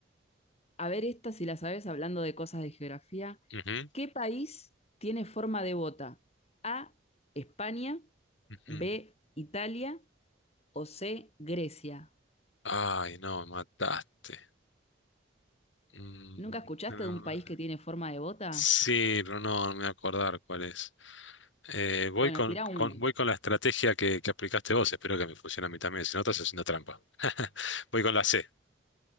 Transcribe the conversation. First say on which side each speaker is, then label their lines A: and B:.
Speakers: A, on the left; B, on the left.
A: a ver esta si la sabes hablando de cosas de geografía.
B: ujú,
A: ¿Qué país tiene forma de bota? A, España,
B: ujú.
A: B, Italia o C, Grecia.
B: Ay, no, me mataste. Mm,
A: ¿Nunca escuchaste
B: no. no,
A: de un país
B: no.
A: que tiene forma de bota?
B: Sí, pero no, no me voy a acordar cuál es. Eh, voy
A: Bueno,
B: con,
A: tira uno.
B: con- voy con la estrategia que, que aplicaste vos, espero que me funcione a mí también, si no estás haciendo trampa. <laughs> Voy con la C.